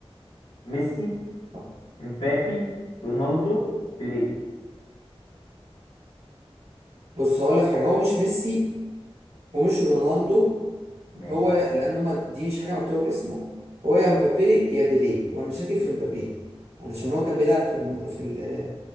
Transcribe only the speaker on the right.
آه.
بص هقول لك حاجة هو مش ميسي ومش رونالدو
هو لان هما دي مش حاجه مكتوبه باسمه هو يا مبابي يا بيليه وانا شاكك في مبابي علشان هو كان بيلعب في الم... في ال...